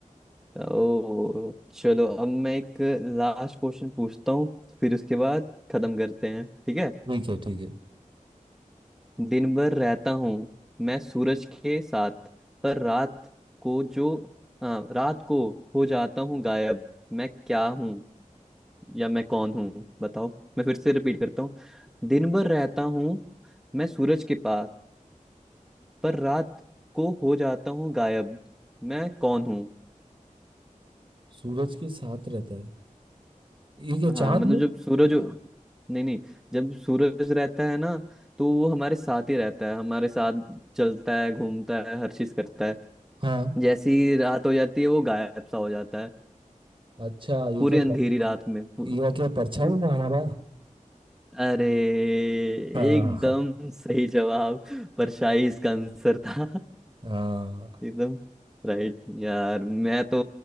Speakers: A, in the centre; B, on the right (about 40°).
A: ओ चलो अब मैं एक लास्ट क्वेश्चन पूछता हूँ फिर उसके बाद खत्म करते हैं ठीक है
B: ठीक है ठीक है
A: दिन भर रहता हूँ मैं सूरज के साथ पर रात को जो हाँ रात को हो जाता हूँ गायब मैं क्या हूँ या मैं कौन हूँ बताओ मैं फिर से रिपीट करता हूँ दिन भर रहता हूँ मैं सूरज के पास पर रात को हो जाता हूँ गायब मैं कौन हूँ
B: सूरज के साथ रहता है ये क्या
A: हाँ
B: चांद
A: मतलब
B: है
A: जब सूरज नहीं नहीं जब सूरज रहता है ना तो वो हमारे साथ ही रहता है हमारे साथ चलता है घूमता है हर चीज करता है
B: हाँ
A: जैसी ही रात हो जाती है वो गायब सा हो जाता है
B: अच्छा ये
A: पूरी
B: क्या
A: अंधेरी
B: पर,
A: रात में पू-
B: ये क्या परछाई
A: <laughs>
B: है हमारा
A: अरे एकदम
B: हाँ हाँ
A: सही जवाब परछाई इसका आंसर था <laughs>
B: हाँ
A: एकदम राइट यार मैं तो